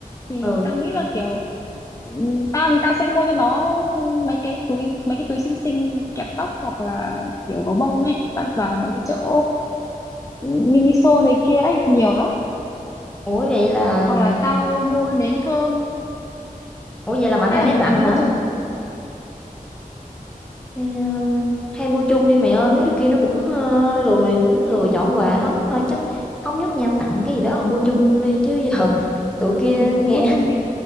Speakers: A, on the left; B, in the centre.
A: Thì
B: Ừ,
A: tao nghĩ là kiểu ừ, tao thì tao sẽ mua cho nó ừ, mấy cái túi mấy cái túi xinh xinh kẹp tóc hoặc là kiểu gấu bông ấy tao vào mấy cái chỗ ừ, Miniso này kia ấy nhiều lắm
B: ủa vậy là
A: hoặc là tao mua nến thơm
B: ủa vậy là mạnh
A: hay
B: ai
A: là
B: nấy
A: bọn
B: tặng
A: mình mua
B: hả?
A: chung
B: Hay, a, hay mua chung đi mày ơi, mấy đứa kia nó cũng, ơ, lười nó lười chọn quà lắm, thôi chắc thống nhất nhau tặng cái gì đó rồi mua chung đi chứ <laughs> giờ tụi kia
A: ừ thế
B: nghe
A: mua
B: <laughs>
A: chung đi